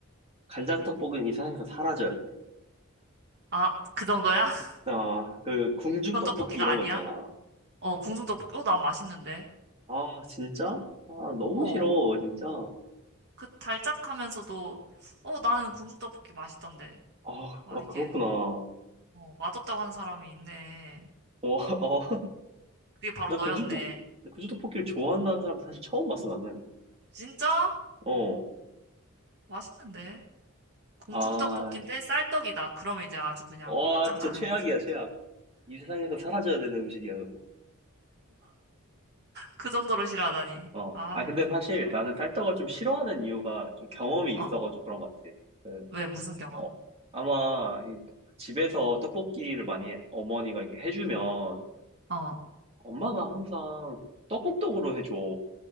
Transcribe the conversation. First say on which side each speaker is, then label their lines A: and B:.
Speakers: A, on the right (about 30°); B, on the right (about 55°).
A: 간장 떡볶이는 이 세상에서 사라져야 돼.
B: 아, 그 정도야? <laughs>
A: 아 그 궁중
B: 그건
A: 떡볶이
B: 떡볶이가
A: 이런
B: 아니야?
A: 거 있잖아.
B: 어, 궁중 떡볶이. 어, 난 맛있는데.
A: 아 진짜? 아 너무
B: 어,
A: 싫어 진짜.
B: 그 달짝하면서도, 어, 나는 궁중 떡볶이 맛있던데.
A: 아,
B: 아,
A: 아
B: 이게,
A: 그렇구나. 어,
B: 어, 맛없다고 하는 사람이 있네.
A: <laughs> 어,
B: 그게 바로
A: 나 궁중
B: 너였네.
A: 떡 궁중 떡볶이를 좋아한다는 사람 사실 처음 봤어 나는.
B: 진짜?
A: 어.
B: 맛있는데. 공중떡볶이인데
A: 아,
B: 쌀떡이다. 그러면 이제 아주 그냥
A: 와,
B: 끝장나는
A: 진짜 최악이야,
B: 거지.
A: 최악. 이 세상에서 사라져야 되는 음식이야, 그거.
B: 그 정도로 싫어하다니.
A: 어.
B: 아,
A: 아, 근데 사실
B: 모르겠-
A: 나는 쌀떡을 좀 싫어하는 이유가 좀 경험이 있어가지고
B: 어,
A: 그런 것 같아. 그,
B: 왜, 무슨 경험?
A: 어, 아마 이 집에서 떡볶이를 많이 어머니가 이렇게 해주면
B: 어,
A: 엄마가 항상 떡국떡으로 해줘.